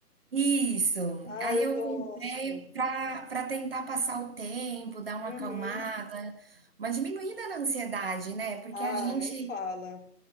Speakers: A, on the right; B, on the left.
A: Isso.
B: Ah,
A: Aí
B: eu
A: eu
B: gosto.
A: comprei para para tentar passar o tempo, dar uma
B: Uhum.
A: acalmada, uma diminuída na ansiedade, né? Porque
B: Ah,
A: a gente
B: nem fala.